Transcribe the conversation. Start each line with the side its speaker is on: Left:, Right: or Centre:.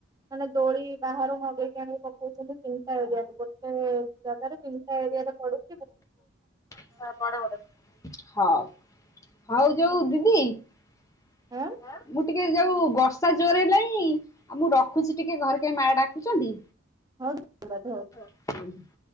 Right: ମାନେ ଦୋଳି ବାହାରୁ ମଗେଇକି ଆଣି ପକଉଚନ୍ତି ତିନିଟା ଏରିଆରେ ଗୋଟେ ଜାଗାରେ ତିନିଟା ଏରିଆ ରେ ପଡୁ
Left: <unintelligible> ହଉ ହଉ ଯୋଉ ଦିଦି <unintelligible>
Right: ଆଁ
Left: ଟିକେ ଯୋଉ ବର୍ଷା ଜୋରେ ହେଲାଇଁ ଆଉ ମୁଁ ରଖୁଛି ଟିକେ ଘରେ କାଇଁ ମା ଡାକୁଚନ୍ତି।
Right: <unintelligible>
Left: ଉଁ ହୁଁ।